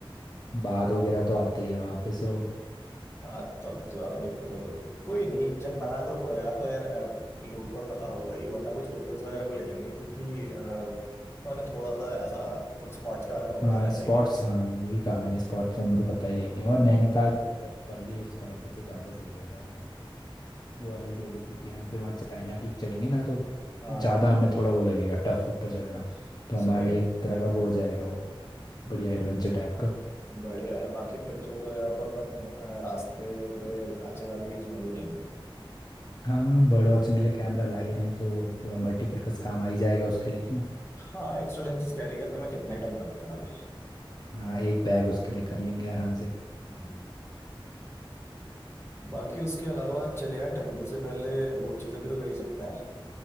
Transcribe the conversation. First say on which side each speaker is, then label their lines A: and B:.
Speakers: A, on the left; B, on the left.
A: बाघ वगैरह तो आते ही हैं वहाँ पे सो
B: हाँ तब ज्यादा दिक्कत हो सकती है कोई नहीं चल बड़ा ग्रुप होएगा तो यार अ, लोगों को पता होगा ही वरना कुछ लोकल्स वगैरह को ले लेंगे क्योंकि अ, उन्हें थोड़ा सा ऐसा कुछ स्पॉट्स के बारे में तो
A: हाँ
B: पता रहता
A: स्पॉट्स
B: ही है
A: हाँ वही कहा मैंने स्पॉट्स तो उनको पता ही रहेंगे और
B: हम्म।
A: नैनीताल अगर बर्फ़ पड़ गई उस टाइम पे तो ज़्यादा सही रहेगा भयंकर वो अलग ही होगा क्योंकि हम फिर वहाँ चाइना पीक चढ़ेंगे ना तो
B: हाँ
A: ज़्यादा हमें थोड़ा वो लगेगा टफ ऊपर चढ़ना तो हमारे
B: सही
A: लिए
B: है
A: एक तरह का वो हो जाएगा वो बढ़िया एडवेंचर टाइप का
B: बढ़िया है बाकी पिक्चर्स वगैरह तो अपन अ, रास्ते पे अच्छे खासे व्यूज मिल ही जाएंगे
A: हाँ बर्ड वॉचिंग के लिए कैमरा ला ही रहे हैं तो पूरा मल्टीपर्पज़ काम आ ही जाएगा उसके लिए क्यों
B: हाँ एक्स्ट्रा लेंसेज कैरी करने में कितना ही टाइम लगता है भाई
A: हाँ एक बैग उसके लिए कर लेंगे आराम से
B: हम्म। बाकी उसके अलावा चलिए यार ट्रैकिंग से पहले वो चीज़ें भी तो कर ही सकते हैं